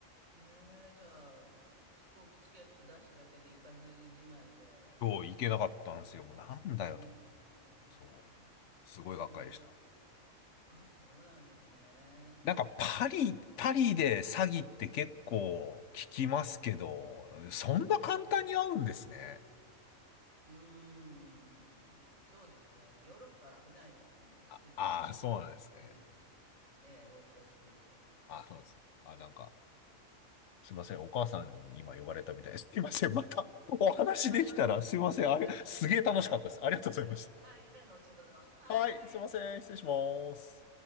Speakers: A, on the right; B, on the left.
A: ええ、じゃあ、飛行機チケット出しただけで行かずじまいで、
B: そう、いけなかったんですよ。もうなんだよと思って。
A: 残念ですね。
B: そう。すごいがっかりでした。
A: ええ。あ、そうなんですね。
B: なんかパリ、パリで詐欺って結構聞きますけど、そんな簡単に会うんですね。
A: うーん、そうですね。ヨーロッパ危ないです。もうスリ、
B: あ、あーそうなんですね。
A: スリ、スリが、ええ、横行していて。
B: あ、そうなんです。あ、なんか。すいません、お母さんに今呼ばれたみたいです。<laughs> すいません、またお話できたら、
A: はい
B: すいません、あれ、
A: はい。
B: すげえ楽しかったです。
A: はい、わかりました。
B: ありがとうございまし
A: はい、じゃあ、後ほど。はい。
B: た。はい、すいません、失礼します。